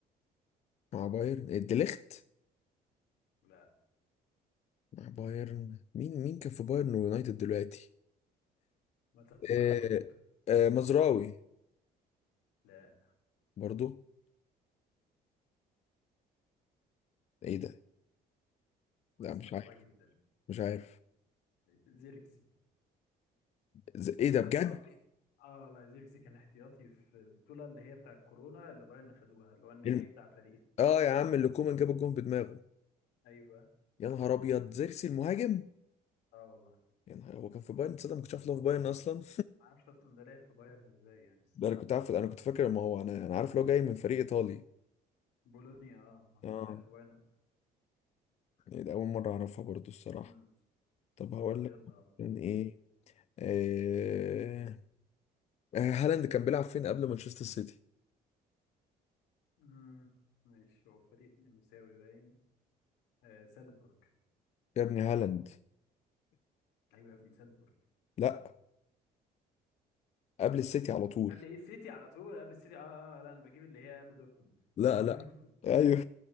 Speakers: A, on the left; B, on the left.
A: مع بايرن إيه، ديليخت
B: لا
A: مع بايرن مين مين كان في بايرن ويونايتد دلوقتي
B: ما انت هتستغربه
A: آه
B: ده ممكن
A: آه مزراوي
B: لا
A: برضو ايه ده لا
B: هتستغربها
A: مش عارف
B: جدا
A: مش عارف
B: زيركسي
A: ز- ايه ده بجد
B: اه زي- اه والله زيركسي كان احتياطي في البطوله اللي هي بتاع كورونا اللي بايرن خدوها اللي هو النهائي
A: الم-
B: بتاع باريس
A: اه يا عم اللي كومان جاب الجون بدماغه
B: ايوه
A: يا نهار ابيض زيركسي المهاجم
B: اه والله
A: يا نهار هو كان في بايرن تصدق ما كنتش عارف إن هو في بايرن اصلا
B: ما اعرفش اصلا ده لعب في بايرن ازاي يعني
A: <laughs>
B: السنه
A: ده انا كنت
B: دي
A: عارف انا كنت فاكر ما هو انا انا عارف لو جاي من فريق ايطالي
B: بولونيا اه ما هو
A: اه
B: لعب في بايرن
A: إيه ده اول مره اعرفها برضو الصراحه
B: مم.
A: طب هقول
B: طب
A: لك
B: يلا
A: كان ايه آه... آه، هالاند كان بيلعب فين قبل مانشستر سيتي
B: مم. ماشي هو فريق نمساوي باين آه سالزبورج
A: يا ابني هالاند
B: ايوه يا ابني سالزبورج
A: لا قبل السيتي على طول
B: قبل ايه السيتي على طول قبل السيتي اه اه آه، لا انا بجيب اللي هي قبل دورتموند <laughs>
A: لا
B: من
A: لا
B: دورتموند
A: ايوه